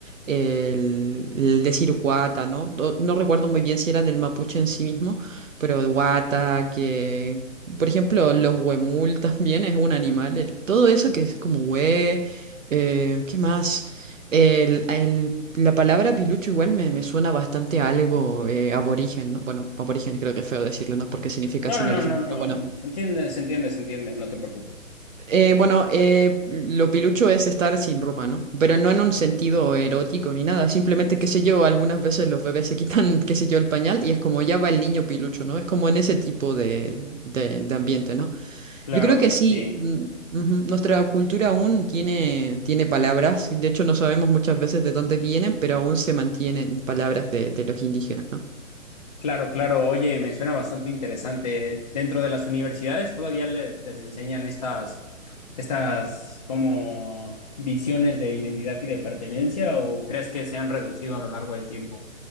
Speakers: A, on the right; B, on the left.
A: el, el decir guata, ¿no? Do- No, recuerdo muy bien si era del mapuche en sí mismo, pero guata, que... Por ejemplo, los huemul <laughs> también es un animal. el- todo eso que es como hue... eh, ¿qué más? El, el- la palabra pilucho igual me, me suena bastante a algo eh, aborigen, ¿no? Bueno, aborigen creo que es feo decirlo, ¿no? Porque significa
B: No,
A: sin
B: no, no,
A: origen.
B: no, no.
A: Pero bueno,
B: en- Entiende, se entiende, se entiende. No te preocupes.
A: eh, bueno, eh, lo pilucho es estar sin ropa, ¿no? Pero no en un sentido erótico ni nada. Simplemente, qué sé yo, algunas veces los bebés se quitan, <laughs> qué sé yo, el pañal y es como ya va el niño pilucho, ¿no? Es como en ese tipo de, de- de ambiente, ¿no?
B: Claro,
A: Yo creo que
B: sí.
A: sí, mm, ujú, nuestra cultura aún tiene, tiene palabras. De hecho, no sabemos muchas veces de dónde vienen, pero aún se mantienen palabras de, de los indígenas, ¿no?
B: Claro, claro. Oye, me suena bastante interesante. Dentro de las universidades todavía les, les enseñan estas, estas como visiones de identidad y de pertenencia, ¿o crees que se han reducido a lo largo del tiempo?